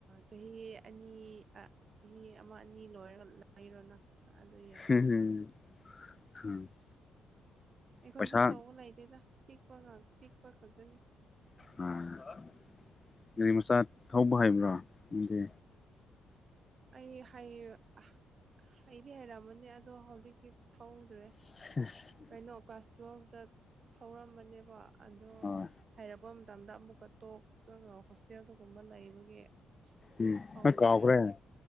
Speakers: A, on the right; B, on the left.
A: ꯆꯍꯤ ꯑꯅꯤ ꯑ ꯆꯍꯤ ꯑꯃ ꯑꯅꯤ ꯂꯣꯏꯔꯒ ꯂꯩꯔꯣꯅ ꯑꯗꯨ ꯌꯥꯏꯅ
B: <unintelligible>
A: ꯑꯩꯈꯣꯏꯁꯨ
B: ꯄꯩꯁꯥ
A: ꯑꯆꯧꯕ ꯂꯩꯇꯦꯗ ꯄꯤꯛꯄ ꯉꯛ ꯄꯤꯛꯄ ꯈꯛꯇꯅꯤ
B: ꯑꯥ ꯒꯥꯔꯤ ꯃꯆꯥ ꯊꯧꯕ ꯍꯩꯕ꯭ꯔꯥ ꯑꯗꯨꯗꯤ
A: ꯑꯩ ꯍꯩ ꯑ ꯍꯩꯗꯤ ꯍꯩꯔꯝꯕꯅꯦ ꯑꯗꯣ ꯍꯧꯖꯤꯛꯇꯤ ꯊꯧꯗ꯭ꯔꯦ
B: ꯁꯤꯁ
A: ꯀꯩꯅꯣ ꯀ꯭ꯂꯥꯁ ꯇꯨꯌꯦꯜꯐꯇ ꯊꯧꯔꯝꯕꯅꯦꯕ ꯑꯗꯣ
B: ꯑꯥ
A: ꯍꯩꯔꯛꯄ ꯃꯇꯝꯗ ꯑꯃꯨꯛꯀ ꯇꯣꯛꯂꯒ ꯍꯣꯁꯇꯦꯜꯗꯨꯒꯨꯝꯕ ꯂꯩꯕꯒꯤ
B: ꯎꯝ
A: ꯊꯧꯗ꯭ꯔꯦ
B: ꯅꯪ ꯀꯥꯎꯈ꯭ꯔꯦ
A: ꯍꯧꯖꯤꯛ